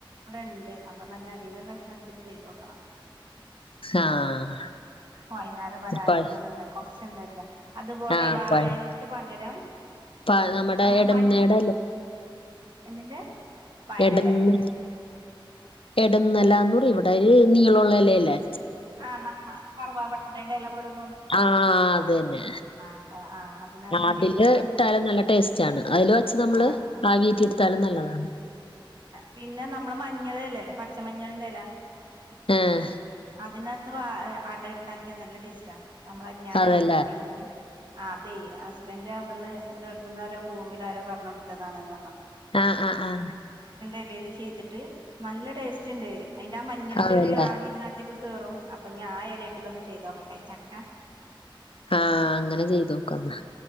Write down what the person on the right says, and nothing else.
ണ്ട് അപ്പ എന്നാ അതിന്ന് ഒരു കഷ്ണം എടുത്തിട്ട് ചെയ്തോക്കണം
വൈകുന്നേരം പലഹാരത്തിനത്ണ്ടായി
കൊറച്ചുണ്ടാക്കിയ അതുപോലെ
വാഴലയ്ക്ക്
പകരം
നമ്മുടെ
മഞ് എന്തിന്റെ വയനല്ലേ
ആഹ് നമ്മള് കറവാപ്പട്ടയുടെ ഇല പോലത്തെ
അത ആ അതിനകത്തും
ചെയ്യുംന്ന് പറയാ
ആ
പിന്നെ നമ്മൾ മഞ്ഞളില്ലേ പച്ചമഞ്ഞളിന്റെ ഇല
അതിനകത്ത് അടയിട്ടുണ്ടാക്കിയാ നല്ല ടേസ്റ്റാ നമ്മള ഞാൻ
അരിപ്പൊട കൊണ്ട് ആ അതെ ഹസ്ബൻഡ് അവിടുന്ന് ഗൾഫിന്ന് റൂമിൽ ആരോ പറഞ്ഞ് കൊടുത്തതാണന്ന് പറഞ്ഞു
ഇലേൽ ചെയ്ത്തിട്ട് നല്ല ടേസ്റ്റ്ണ്ട് അയിന്റെ മഞ്ഞളിന്റെ
ഒരു ആവി ഇതിനകത്തേക്ക് കേറും അപ്പൊ ഞാൻ ആ ഇലേൽ ഒന്നും ചെയ്തോക്കട്ടെ ചക്ക